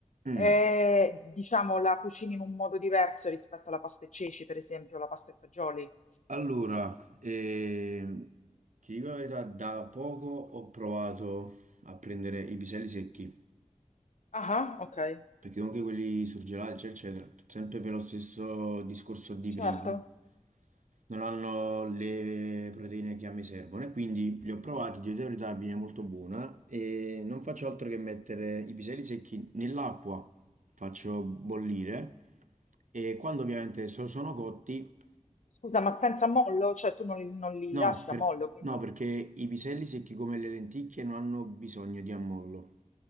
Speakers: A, on the right; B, on the left.
A: Mm.
B: È, diciamo, la cucini in un modo diverso rispetto alla pasta e ceci, per esempio, la pasta e fagioli.
A: Allora, ehm, ti dico la verità, da poco ho provato a prendere i piselli secchi,
B: Ah, ah, ok,
A: perché comunque quelli surgelati, eccetera, eccetera, sempre per lo stesso discorso di
B: certo.
A: prima, non hanno le proteine che a me servono e quindi li ho provati, di verità viene molto buona e non faccio altro che mettere i piselli secchi nell'acqua, faccio bollire e quando ovviamente so- sono cotti
B: Scusa, ma senza mollo? Cioè tu non li, non li
A: No,
B: lasci
A: per-
B: a mollo prima?
A: no, perché i piselli secchi come le lenticchie non hanno bisogno di ammollo.